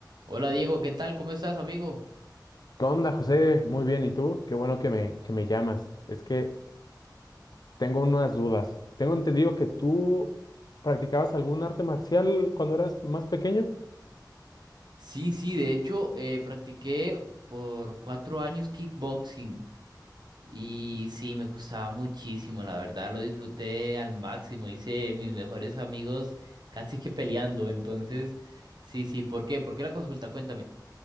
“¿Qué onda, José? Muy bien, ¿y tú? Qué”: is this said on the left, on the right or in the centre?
Left